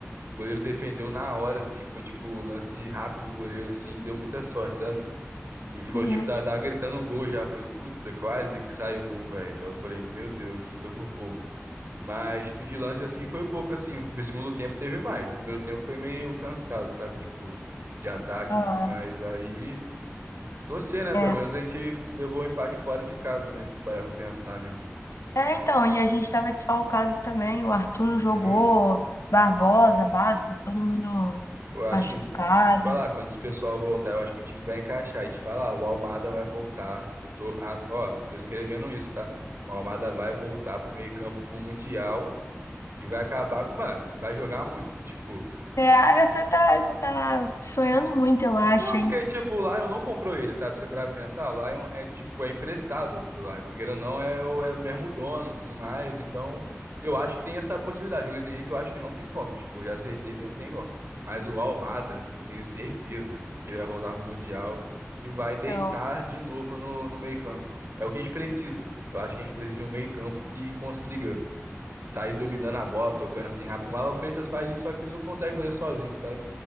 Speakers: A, on the right; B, on the left.
A: goleiro defendeu na hora, assim, foi tipo lance rápido do goleiro, assim, deu muita sorte, sabe? E foi,
B: Uhum.
A: tipo, tava, tava gritando o gol já. Falei, puta, quase que sai o gol, velho. Aí Eu falei, meu Deus, foi por pouco. Mas, tipo, de lance assim, foi pouco assim. No segundo tempo teve mais. O primeiro tempo foi meio cansado, sabe? Tipo, de ataque
B: Aham,
A: e tudo mais. Aí, torcer, né? Pelo
B: é.
A: menos a gente levou o empate fora de casa, né? Tipo, parar pra pensar, né?
B: É, então, e a gente estava desfalcado também. O Arthur não jogou,
A: Sim.
B: Barbosa, Bastos, todo mundo
A: Eu acho
B: machucado.
A: que, falar, quando esse pessoal voltar, eu acho que o time vai encaixar. E te falar, o Almada vai voltar. Eu tô, ah, ó, tô escrevendo isso, tá? O Almada vai voltar pro meio-campo pro Mundial e vai acabar, mano, vai jogar muito. Tipo,
B: Será? Você tá, você tá sonhando muito, eu acho,
A: Não, porque,
B: hein?
A: tipo, o Lion não comprou ele, sabe? Você para pensar, o Lion é, tipo, é emprestado pro Lion, porque querendo ou não, é o, é o mesmo dono, tudo mais, então eu acho que tem essa possibilidade. O Luiz Henrique eu acho que não tem como, tipo, eu já aceitei que não tem como. Mas o Almada, eu tenho certeza que ele vai voltar pro Mundial e vai deitar
B: Não,
A: de novo no, no meio-campo. É o que a gente precisa. Eu acho que a gente precisa de um meio-campo que consiga sair dominando a bola, tocando assim rápido. O Marlon Freitas faz isso, só que ele não consegue fazer sozinho, sabe?